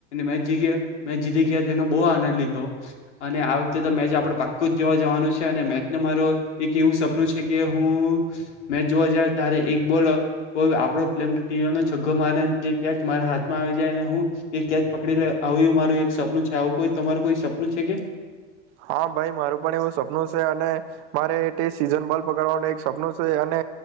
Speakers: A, on the left (about 75°); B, on the right (about 50°).
A: મેચ જીત મેચ જીતી ગયા એનો બહુ આનંદ લીધો અને આ વખતે તો મેચ આપડે પાકુજ જોવા જવાનું છે અને મેચને મારો એક એવું સપનું છે કે હું મેચ જોવા જ ત્યારે એક બોલ કો આપડો પ્લે છગ્ગો મારે તેચ મારા હાથમાં આવી જાય અને હું એ કેચ પકડી લે આવું એવું મારું એક સપનું છે આવું કોઈ તમારું કોઈ સપનું છે કે?
B: હા, ભાઈ મારું પણ એવું સપનું છે અને મારે તે સીઝન બોલ પકડવાનું એક સપનું છે અને